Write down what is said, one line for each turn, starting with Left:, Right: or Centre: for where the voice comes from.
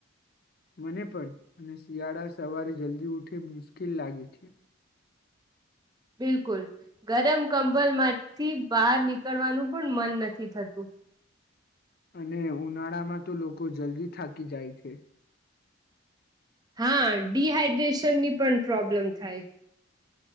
Left: મને પણ મને શિયાળા સવારે જલ્દી ઉઠી મુશ્કેલ લાગે છે
Right: બિલકુલ ગરમ કંબલ માંથી બહાર નીક નિકડવાનુ પણ મન નથી થતું
Left: અને ઉનાળામાં તો લોકો જલ્દી થાકી જાય છે
Right: હા ડીહાઈડ્રેશન ની પણ પ્રોબ્લેમ થાય